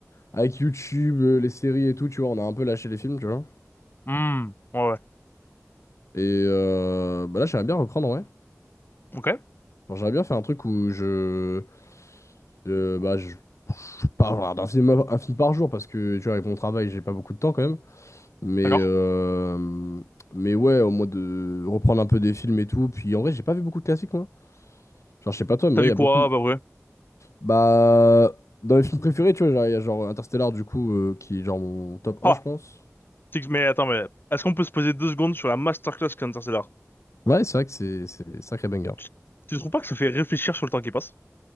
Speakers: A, on the left; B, on the left.
A: avec YouTube, euh, les séries et tout, tu vois, on a un peu lâché les films, tu vois.
B: Hmm, ouais, ouais.
A: Et euh, bah là, j'aimerais bien reprendre, ouais.
B: Ok,
A: Genre, J'aimerais bien faire un truc où je. Euh, bah, je, je sais pas voilà, un film, un film par jour parce que tu vois, avec mon travail, j'ai pas beaucoup de temps quand même. Mais,
B: d'accord.
A: euh, mais ouais, au moins de reprendre un peu des films et tout. Puis en vrai, j'ai pas vu beaucoup de classiques, moi. Genre, je sais pas toi, mais
B: T'as
A: moi,
B: vu
A: il y a
B: quoi?
A: beaucoup.
B: Bah ouais.
A: Bah, dans les films préférés, tu vois, genre, il y a genre Interstellar, du coup, euh, qui est genre mon top un
B: Ah,
A: je pense.
B: Six- mais attends, mais est-ce qu'on peut se poser deux secondes sur la masterclass qu'est Interstellar?
A: Ouais, c'est vrai que c'est c'est sacré banger.
B: Tu tu trouves pas que ça fait réfléchir sur le temps qui passe?